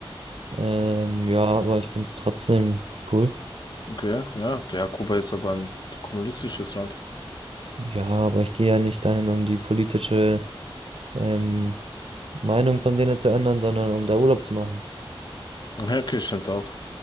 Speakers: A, on the right; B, on the left.
A: Ähm, ja, aber ich finde es trotzdem cool.
B: Okay, ja. Ja, Kuba ist aber ein kommunistisches Land.
A: Ja, aber ich gehe ja nicht dahin, um die politische ähm, Meinung von denen zu ändern, sondern um da Urlaub zu machen.
B: Ja, okay, stimmt auch.